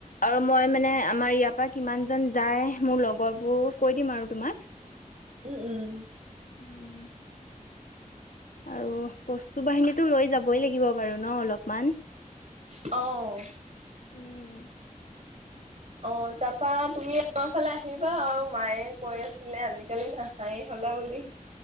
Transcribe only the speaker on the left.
আৰু মই মানে আমাৰ ইয়াৰ পা কিমান জন যায় মোৰ লগৰবোৰ কৈ দিম আৰু তোমাক। <inaudible>
উম, আৰু বস্তু বাহিনীটো লৈ যাবই লাগিব বাৰু ন' অলপমান?
উম